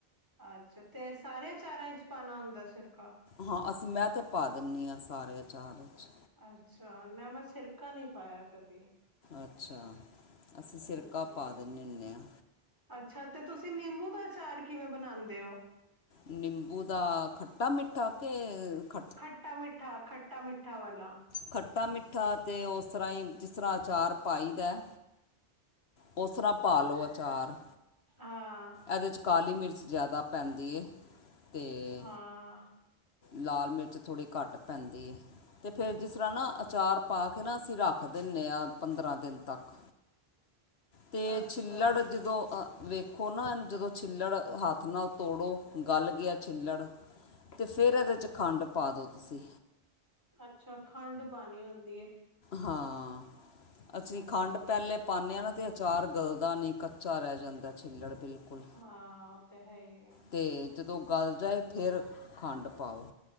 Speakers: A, on the right; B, on the left.
A: ਅੱਛਾ ਤੇ ਸਾਰਿਆਂ ਅਚਾਰਾਂ ਵਿਚ ਪਾਉਣਾ ਹੁੰਦਾ ਸਿਰਕਾ।
B: ਹਾਂ ਅਸੀਂ ਮੈਂ ਤੇ ਪਾ ਦਿੰਦੀ ਹਾਂ ਸਾਰੇ ਅਚਾਰ ਵਿੱਚ।
A: ਅੱਛਾ ਨਾ ਮੈਂ ਸਿਰਕਾ ਨਹੀਂ ਪਾਇਆ ਕਦੀ।
B: ਅੱਛਾ ਅਸੀਂ ਸਿਰਕਾ
A: ਹਾਂਜੀ
B: ਪਾ ਦਿੰਦੇ ਹੁੰਦੇ ਹਾਂ।
A: ਅੱਛਾ ਤੇ ਤੁਸੀਂ ਨਿੰਬੂ ਦਾ ਅਚਾਰ ਕਿਵੇਂ ਬਣਾਉਂਦੇ ਹੋ।
B: ਨਿੰਬੂ ਦਾ ਖੱਟਾ ਮਿੱਠਾ ਕੇ ਖ
A: ਖੱਟਾ ਮਿੱਠਾ ਖੱਟਾ ਮਿੱਠਾ ਵਾਲਾ।
B: ਖੱਟਾ ਮਿੱਠਾ ਅਤੇ ਉਸ ਤਰ੍ਹਾਂ ਹੀ ਜਿਸ ਤਰ੍ਹਾਂ ਅਚਾਰ ਪਾਈ ਦਾ ਉਸ ਤਰ੍ਹਾਂ ਪਾ ਲੋ ਆਚਾਰ।
A: ਹਾਂ
B: ਇਹਦੇ 'ਚ ਕਾਲੀ ਮਿਰਚ ਜ਼ਿਆਦਾ ਪੈਂਦੀ ਹੈ। ਅਤੇ
A: ਹਾਂ
B: ਲਾਲ ਮਿਰਚ ਥੋੜ੍ਹੀ ਘੱਟ ਪੈਂਦੀ ਹੈ। ਤੇ ਫਿਰ ਜਿਸ ਤਰ੍ਹਾਂ ਨਾ ਅਚਾਰ ਪਾ ਕੇ ਨਾ ਅਸੀਂ ਰੱਖ ਦਿੰਦੇ ਹਾਂ ਪੰਦਰਾਂ ਦਿਨ ਤੱਕ ਤੇ
A: ਅੱਛਾ-ਅੱਛਾ
B: ਛਿੱਲੜ ਜਦੋਂ ਅਹ ਵੇਖੋ ਨਾ ਇਹਨੂੰ ਜਦੋਂ ਛਿੱਲੜ ਹੱਥ ਨਾਲ ਤੋੜੋ ਗਲ ਗਿਆ ਛਿੱਲੜ ਤੇ ਫਿਰ ਇਹਦੇ 'ਚ ਖੰਡ ਪਾ ਦਿਉ ਤੁਸੀਂ
A: ਅੱਛਾ ਖੰਡ ਪਾਣੀ ਹੁੰਦੀ ਏ।
B: ਹਾਂ ਅਸੀਂ
A: ਅੱਛਾ
B: ਖੰਡ ਪੈਲੇ ਪਾਨੇ ਆ ਨਾ ਤੇ ਅਚਾਰ ਗਲਦਾ ਨੀ ਕੱਚਾ ਰੈ ਜਾਂਦੈ ਛਿੱਲੜ ਬਿਲਕੁੱਲ।
A: ਹਾਂ ਓ ਤੇ ਹੈ ਈ ਐ।
B: ਤੇ ਜਦੋਂ ਗਲ ਜਾਏ ਫਿਰ ਖੰਡ ਪਾਓ